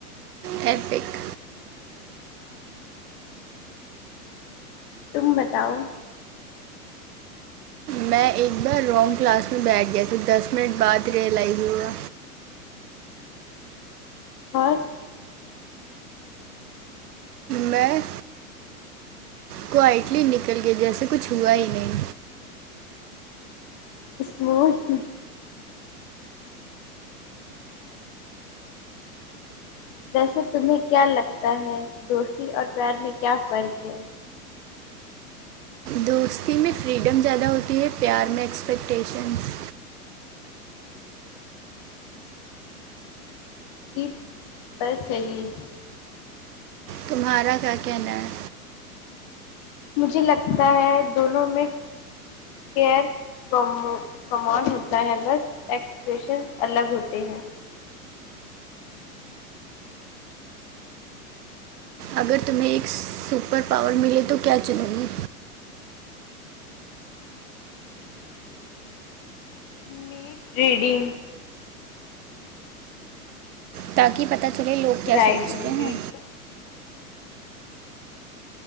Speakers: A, on the right; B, on the left.
A: ایپک
B: تم بتاؤ
A: میں ایک بار رانگ کلاس میں بیٹھ گیا تھا دس منٹ بعد ریئلائز ہوا
B: اور
A: میں کو اٹلی نکل گئی جیسے کچھ ہوا ہی نہیں
B: اسمارٹ ہو ویسے تمہیں کیا لگتا ہے دوستی اور پیار میں کیا فرق ہے
A: دوستی میں فریڈم زیادہ ہوتی ہے پیار میں ایکسپیکٹیشنس
B: جی پر صحیح
A: تمہارا کیا کہنا ہے
B: مجھے لگتا ہے دونوں میں کیئر کم کمانڈ ہوتا ہے بس ایکسپریشن الگ ہوتے ہیں
A: اگر تمہیں ایک سپر پاور ملے تو کیا چنوں گی
B: میٹ ریڈنگ
A: تاکہ پتہ چلے لوگ کیا
B: رائڈنگ
A: سوچتے
B: میڈ
A: ہیں